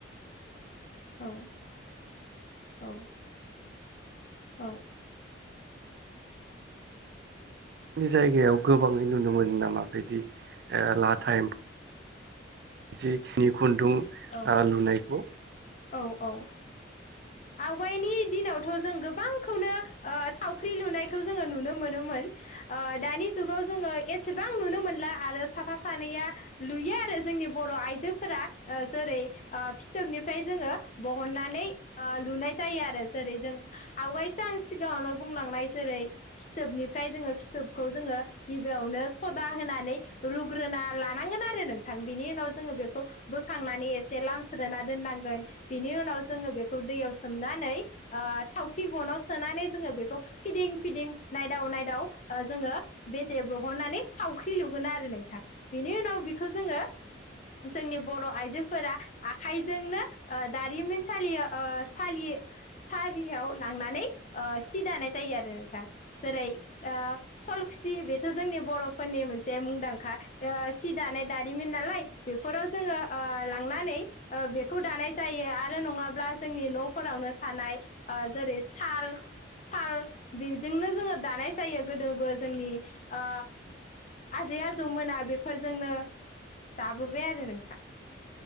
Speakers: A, on the left; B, on the right.
A: औ औ औ
B: नि जायगायाव गोबाङै नुनो मोनो नामा
A: औ
B: बिदि ओ लाथा एम जिखिनि खुन्दुं ओ
A: औ औ
B: लुनायखौ
A: औ औ ओ आवगायनि दिनावथ' जों गोबांखौनो ओ थावख्रि लुनायखो खो जोङो नुनो मोनोमोन ओ दानि जुगाव जोङो एसेबां नुनो मोनला आरो साफा सानै या दा लुयो आरो जोंनि बर' आइजोफोरा ओ जेरै ओ फिथोबनि फ्राइ जोङो बहननानै ओ लुनाय जायो आरो जेरै जों आवगायसो आंगाङावनो बुं बुंलांनाय जेरै फिथोबनिफ्राय जोङो फिथोबखौ जोङो गिबियावनो सदा होनानै रुग्रोना लानांगोन आरो नोंथां बिनि उनाव जोङो बेखौ बोखांनानै एसे लामस्रोना दोननांग गोन बिनि उनाव जोङो बेखौ दैयाव सोमनानै ओ थावखि गनाव सोनानै जोङो बेखौ फिदिं फिदिं नायदाव नायदाव ओ जोङो बेजे बहननानै थावख्रि लुगोन आरो नों थां बिनि उनाव बेखौ जोङो जोंनि बर' आइजोफोरा आखाइजोंनो ओ दारिमिन सालि ओ सालि सारियाव लांनानै ओ सि दानाय जायो आरो नोंथां जेरै ओ सलखुसि बेथ' जोंनि बर'निफोरनि मोन जे मुंदांखा ओ सि दानाय दारिमिन नालाय बेफोराव जोङो ओ लांनानै ओ बेफ खौ दानाय जायो आरो नङाब्ला जोंनि न'फोरावनो थानाय ओ जेरै साल साल बिबदोंनो जोङो दानाय जायो गोदोबो जोंनि ओ आजै आजौ मोना बेफोरजोंनो दाबोबाय आरो नोंथां